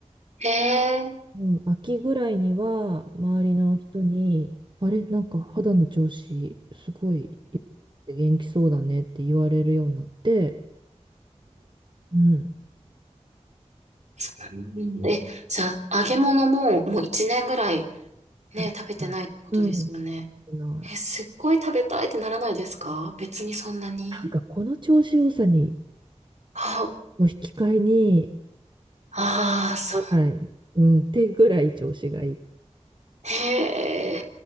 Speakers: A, on the right; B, on the right.
A: へえ、
B: うん、秋ぐらいには、周りの人に、あれ、なんか肌の調子、すごい元気そうだねって言われるようになって、うん、
A: そうなんだえ、じゃあ、揚げ物ももう一年ぐらいね、
B: 食べたい。
A: 食べてないってことですよね。
B: うん、食べない
A: え、すっごい食べたいってならないですか別にそんなに。
B: なんかこの調子良さに、
A: あ、
B: を引き換えに、
A: ああ、そ
B: 思わない。うん、ってぐらい調子がいい。
A: う。へえ。
B: う